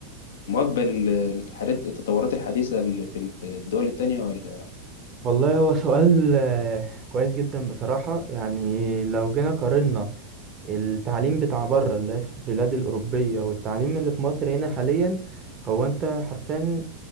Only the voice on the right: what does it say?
والله هو سؤال آه، كويس جدا بصراحة يعني لو جينا قارنا التعليم بتاع بره اللي هي في البلاد الأوروبية والتعليم اللي في مصر هنا حاليا هو انت حرفيا